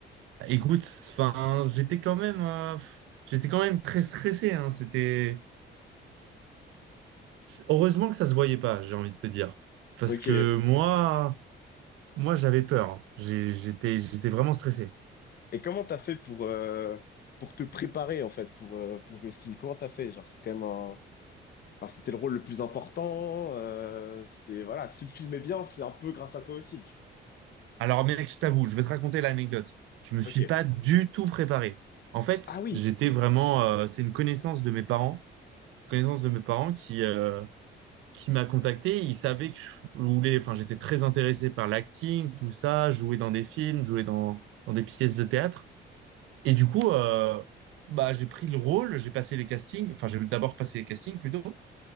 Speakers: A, on the right; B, on the left.
A: Écoute, enfin, j'étais quand même, euh, j'étais quand même très stressé, hein. C'était heureusement que ça se voyait pas, j'ai envie de te dire, parce
B: Ok.
A: que moi, moi, j'avais peur. hein. J'ai- J'étais, j'étais vraiment stressé.
B: Et comment t'as fait pour, euh, pour te préparer, en fait, pour, euh, pour jouer ce film? Comment t'as fait? Genre, c'est quand même un... Enfin, c'était le rôle le plus important. euh, c'est voilà, si le film est bien, c'est un peu grâce à toi aussi.
A: Alors, mec, je t'avoue, je vais te raconter l'anecdote. Je me suis
B: Ok.
A: pas du tout préparé. En fait,
B: Ah oui,
A: j'étais vraiment, euh, c'est une connaissance de mes parents, connaissance de mes parents qui, euh, qui m'a contacté. Ils savaient que je voulais, enfin, j'étais très intéressé par l'acting, tout ça, jouer dans des films, jouer dans dans des pièces de théâtre. Et du coup, euh, bah, j'ai pris le rôle, j'ai passé les castings, enfin, j'ai d'abord passé les castings plutôt,